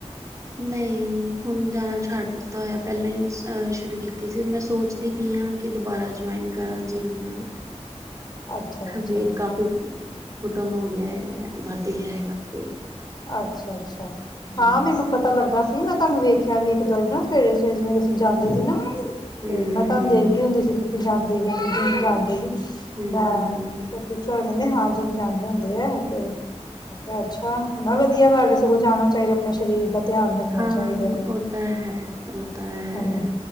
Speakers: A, on the right; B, on the left.
A: ਨਹੀਂ ਹੁਣ ਜਾਣਾ ਛੱਡ ਦਿੱਤਾ ਹੋਇਆ ਪਹਿਲਾਂ ਹੀ ਸ਼ੁਰੂ ਕੀਤੀ ਸੀ ਮੈਂ ਸੋਚਦੀ ਪਈ ਹਾਂ ਕਿ ਦੁਬਾਰਾ ਜੁਆਇਨ ਕਰਾਂ ਜਿੰਮ।
B: ਅੱਛਾ ਅੱਛਾ
A: ਵੇਟ ਕਾਫ਼ੀ ਪੁਟ ਔਨ ਹੋ ਗਿਆ ਐ ਵੱਧ ਗਿਆ ਹੈਗਾ। ਪੇ
B: ਅੱਛਾ-ਅੱਛਾ
A: ਹਮ
B: ਹਾਂ ਮੈਨੂੰ ਪਤਾ ਲੱਗਾ ਸੀ ਮੈਂ ਤੁਹਾਨੂੰ ਵੇਖਿਆ ਵੀ ਇੱਕ ਦਿਨ ਨਾ। ਸਵੇਰੇ-ਸਵੇਰੇ ਜਿਵੇਂ
A: ਹਮ
B: ਤੁਸੀਂ ਜਾਂਦੇ ਸੀ ਨਾ,
A: ਹਮ
B: ਤੇ ਮੈਂ ਤੁਹਾਨੂੰ
A: ਹਮ
B: ਦੇਖਦੀ ਹੁੰਦੀ ਸੀ ਤੁਸੀਂ ਜਾਂਦੇ ਤੇ ਉੱਥੇ ਜਿੰਮ ਜਾਂਦੇ ਸੀ।
A: ਹਮ
B: ਮੈਂ,
A: ਹਮ ਹਮ ਹਮ
B: ਫਿਰ ਪੁੱਛਿਆ ਉਹ ਕਹਿੰਦੇ ਹਾਂ ਜਿਮ ਜਾਂਦੇ ਹੁੰਦੇ ਆ ਤੇ, ਮੈਂ ਕਿਹਾ ਅੱਛਾ। ਮੈਂ ਵਧੀਆ ਗੱਲ
A: ਹਮ
B: ਸਗੋਂ ਜਾਣਾ ਚਾਹੀਦਾ। ਮੈਂ ਸਰੀਰ ਦਾ ਧਿਆਨ ਰੱਖਣਾ
A: ਹਾਂ
B: ਚਾਹੀਦਾ ਹੈ
A: ਉਹ ਤਾਂ ਹੈ, ਉਹ ਤਾਂ ਹੈ
B: ਹਮ